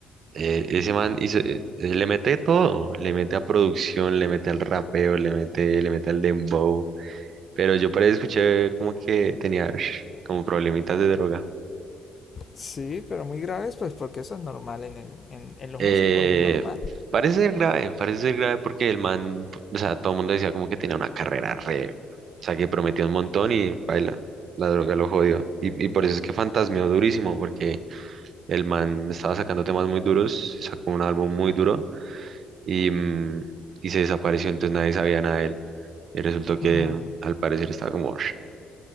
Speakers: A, on the right; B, on the left.
A: Eh, ese man hizo, eh, eh, le mete todo, le mete a producción, le mete al rapeo, le mete, le mete al dembow. Pero yo por ahí escuché como que tenía ush, como problemitas de droga.
B: Sí, pero muy graves, pues porque eso es normal en, el, en, en los
A: Eh,
B: músicos, es normal.
A: parece ser grave, parece ser grave porque el man, o sea, todo el mundo decía como que tenía una carrera re, o sea, que prometió un montón y baila, la droga lo jodió. Y, y por eso es que fantasmeó durísimo, porque el man estaba sacando temas muy duros, sacó un álbum muy duro y, mm, y se desapareció, entonces nadie sabía nada de él. Y resultó que
B: Hmm.
A: al parecer estaba como sh-